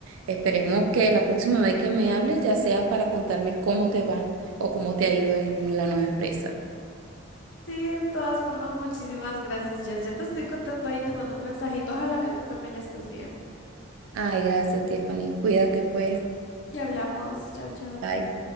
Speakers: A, on the right (about 85°); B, on the left (about 65°).
A: Esperemos que la próxima vez que me hables ya sea para contarme cómo te va o cómo te ha ido en la nueva empresa.
B: Sí, de todas formas, muchísimas gracias, Jess. Ya te estoy contando ahí, te mando un mensajito. Ojalá que tú también estés bien.
A: Ay, gracias, Tiffany. Cuídate, pues.
B: Ya hablamos. Chao, chao.
A: Bye.